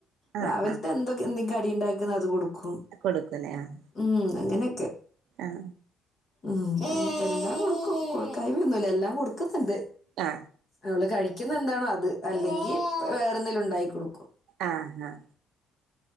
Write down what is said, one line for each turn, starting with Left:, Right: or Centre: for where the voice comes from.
Left: രാവിൽത്തെ
Right: ആഹ്
Left: എന്ധോ കെ എന്തെ ക്കടി ണ്ടാക്ക്‌ന്ന അത് കൊടു കും
Right: ആഹ് കൊടുക്കുല്ലേ ആഹ്
Left: ഉം അങ്ങനെക്കെ
Right: ആഹ്
Left: ഉം എല്ലാം കൊടുക്കും കൊടുക്കായിമൊന്നുല്ല എല്ലാം കൊടുക്കുന്നുണ്ട്
Right: ആഹ്
Left: അവള് കഴിക്കുന്ന എന്താണോ അത് അല്ലെങ്കിൽ വേറെ എന്തേങ്കിലും ഉണ്ടായി കൊടുക്കും
Right: ആഹ് ആഹ്